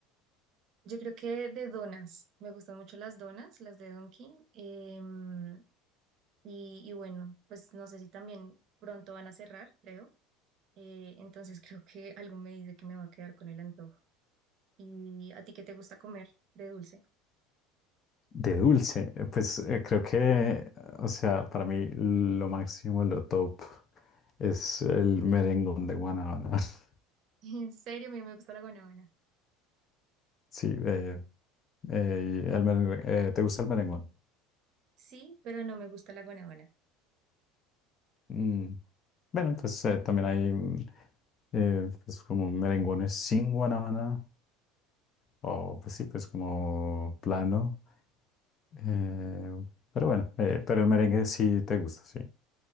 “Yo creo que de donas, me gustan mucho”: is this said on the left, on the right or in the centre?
Right